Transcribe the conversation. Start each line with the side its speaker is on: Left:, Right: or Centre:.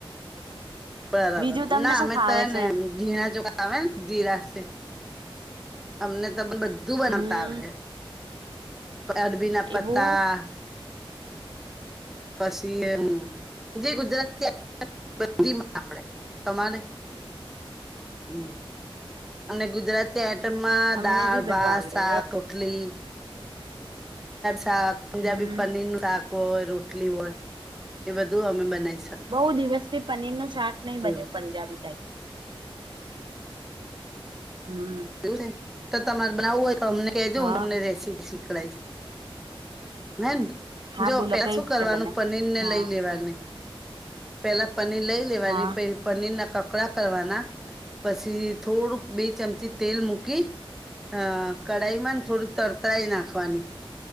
Centre: બરાબર
Right: બીજું તમને
Centre: ના
Right: શું
Centre: અમે
Right: ફાવે
Centre: તો હેને
Right: છે?
Centre: જીણા ચોખા આવે ન જીરાસે અમને બધુ બનાવતા
Right: હમ્મ
Centre: આવડે અરબી ના પત્તા
Right: એવું
Centre: પસી એ હમ જે ગુજરાત <inaudible> બધી <inaudible> આવડે તમારે હમ અને ગુજરાતી આ ઇટમા
Right: અમને
Centre: દાળ
Right: બી બધું
Centre: ભાત
Right: આવડે
Centre: સાક ઓટલી શાક પંજાબી
Right: હમ્મ.
Centre: પનીર નું શાક હોય રોટલી હોય એ બધુ અમે બનાએ
Right: બહુ દિવસથી પનીર ન શાક નહી
Centre: એવું
Right: બન્યુ પંજાબી ટાઇપ હમ્મ
Centre: એવુ છે તો તમારે બનાવવુ હોય તો અમને કેજો
Right: હા
Centre: હું તમને રેસીપી શીખડાઇસ હેન
Right: હા
Centre: જો
Right: બોલો
Centre: પેલા
Right: કઈ
Centre: શું
Right: રીતે
Centre: કરવાનુ
Right: બને?
Centre: પનીર ને
Right: હા
Centre: લઈ લેવાની પેલા પનીર લઈ લેવાની
Right: હા
Centre: પહી પનીર ના કકડા કરવાના પસી થોડુંક બે ચમચી તેલ મૂકી અ કઢાઈમા થોડુ તર કરી નાખવાની